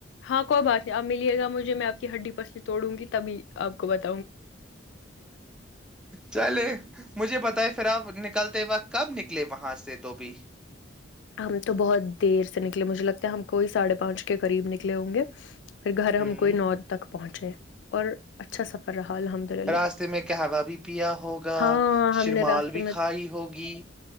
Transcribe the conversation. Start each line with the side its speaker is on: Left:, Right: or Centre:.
Left: ہاں کوئی بات نہیں اب ملیے گا مجے میں آ کی ہڈی پسلی توڑوں گی تبھی آپ کو بتا
Centre: چلے مجھے بتائے پھر آپ نک کلتے وق کب نکلے وہاں سے تو بھی
Left: ہم تو بہت دیر سے نکلے مجھے لگتا ہے ہم کوئیاڑھے پانچ کے قریب نکلے ہوں گے پھر گھر ہم
Centre: ہ
Left: کوئی نو تک پہنچے اور اچھا سفر رہا الحمد للہ
Centre: راستے میں قہوا بھی پیا ہوگا
Left: ہاں
Centre: شرمال
Left: ہم نے راستے
Centre: بھی کھائی ہوگی